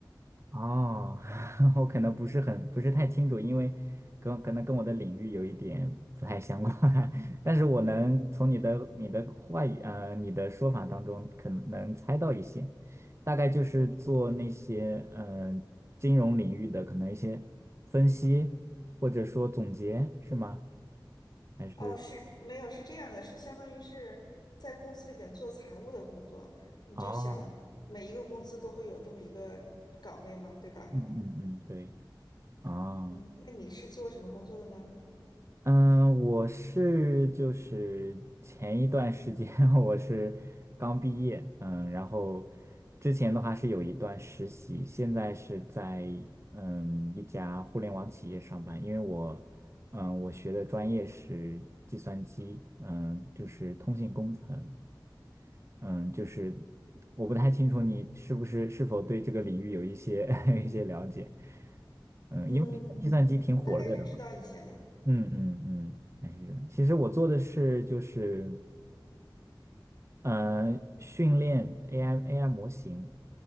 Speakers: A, on the right; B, on the left.
A: 哦，<laughs> 我可能不是很不是太清楚，因为跟可能跟我的领域有一点不太相关，<laughs> 但是我能从你的你的话语呃你的说法当中可能猜到一些，大概就是做那些嗯、呃金融领域的可能一些分析或者说总结是吗？还是
B: 哦，是没有，是这样的，是相当于是在公司里边做财务的工作，你就想每一个公司都会有这么一个岗位嘛，
A: 哦，
B: 对吧？
A: 嗯嗯嗯，对，哦。
B: 嗯，那你是做什么工作的呢？
A: 嗯，我是就是前一段时间 <laughs> 我是刚毕业，嗯，然后之前的话是有一段实习，现在是在嗯一家互联网企业上班，因为我嗯我学的专业是计算机，嗯，就是通信工程，嗯，就是我不太清楚你是不是是否对这个领域有一些 <laughs> 有一些了解，嗯，
B: 嗯，
A: 因为计算机挺火热的嘛。
B: 大概是知道一些的。
A: 嗯嗯嗯，还是这样。其实我做的是就是呃训练 AI AI 模型，